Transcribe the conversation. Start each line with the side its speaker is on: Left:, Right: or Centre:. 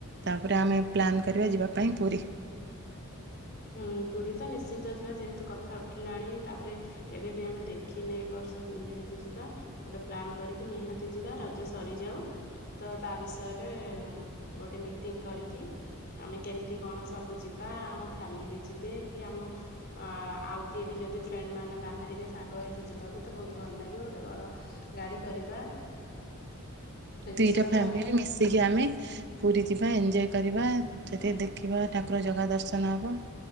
Right: ତାପରେ ଆମେ ପ୍ଲାନ୍ କରିବା ଯିବା ପାଇଁ ପୁରୀ।
Left: ହଁ ପୁରୀ ତ ନିଶ୍ଚିନ୍ତ ଯିବା ଯେହେତୁ କଥା ଉଠିଲାଣି ତାପରେ କେବେବି ଆମେ ଦେଖିନେ ବର୍ଷ ଯେହେତୁ ଯିବା। ଗୋଟେ ପ୍ଲାନ୍ କରିକି ନିହାତି ଯିବା ରଜ ସରିଯାଉ। ତ ତା ବିଷୟରେ ଗୋଟେ ମିଟିଂ କରିକି ଆମେ କେମିତି କଣ ସବୁ ଯିବା ଆମ ଫ୍ୟାମିଲି ଯିବେ କି ଆମ ଆଉ କିଏ ବି ଯଦି ଫ୍ରେଣ୍ଡମାନୋ ବାହାରିବେ ସାଙ୍ଗ ହୋଇକି ଯିବାକୁ ତ ବହୁତ ଭଲ ଲାଗିବ ଗୋଟେ ବଡ଼ ଗାଡି କରିବା। ସେ
Right: ଦିଟା
Left: ବିଷୟରେ
Right: ଫ୍ୟାମିଲି
Left: ଆମେ
Right: ମିଶିକି ଆମେ ପୁରୀ ଯିବା ଏଞ୍ଜୟ କରିବା ଯଦି ଦେଖିବା ଠାକୁର ଜାଗା ଦର୍ଶନ ହବ।